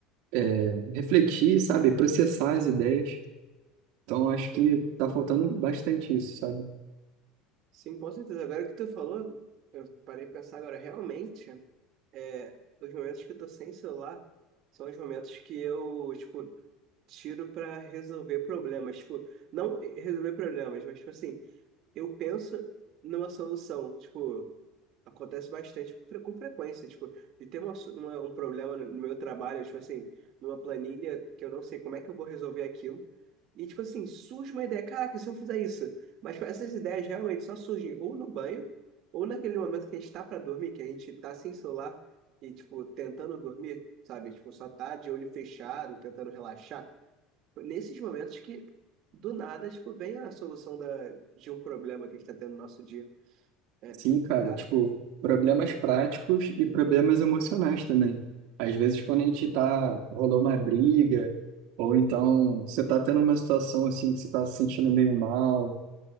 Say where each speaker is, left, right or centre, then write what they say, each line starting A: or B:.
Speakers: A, on the right (about 70°); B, on the right (about 50°).
A: é, refletir, sabe? Processar as ideias. Então, acho que
B: Sim,
A: tá faltando bastante isso, sabe?
B: sim, com certeza. Agora que tu falou, eu parei de pensar agora, realmente, é, os momentos que eu tô sem celular são os momentos que eu, tipo, tiro pra resolver problemas. Tipo, não resolver problemas, mas, tipo assim, eu penso numa solução. Tipo, Acontece bastante, com fre- com frequência, tipo, de ter uma, su- uma- um problema no no meu trabalho, tipo assim, numa planilha que eu não sei como é que eu vou resolver aquilo. E, tipo assim, surge uma ideia, caraca, e se eu fizer isso? Mas tipo, essas ideias realmente só surgem ou no banho, ou naquele momento que a gente tá pra dormir, que a gente tá sem celular e, tipo, tentando dormir, sabe? Tipo, só tá de olho fechado, tentando relaxar. Nesses momentos que, do nada, tipo, vem a solução da, de um problema que a gente tá tendo no nosso dia. É,
A: Sim, cara,
B: cara,
A: tipo, problemas práticos e problemas emocionais também. Às vezes, quando a gente tá, rolou uma briga, ou então você tá tendo uma situação assim que você tá se sentindo meio mal,